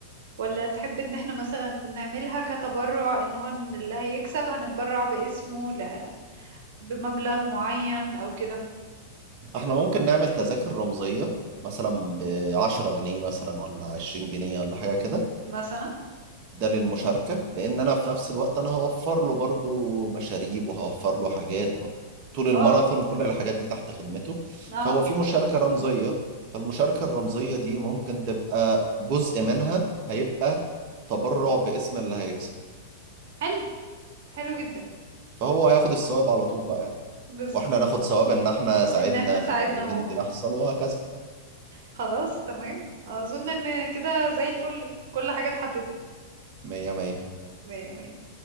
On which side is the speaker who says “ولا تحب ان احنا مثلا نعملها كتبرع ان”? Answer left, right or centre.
Right